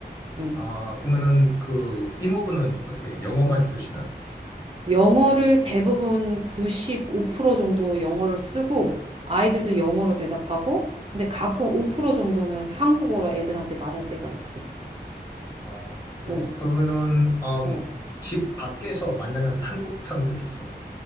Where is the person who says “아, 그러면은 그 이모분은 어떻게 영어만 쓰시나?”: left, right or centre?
Left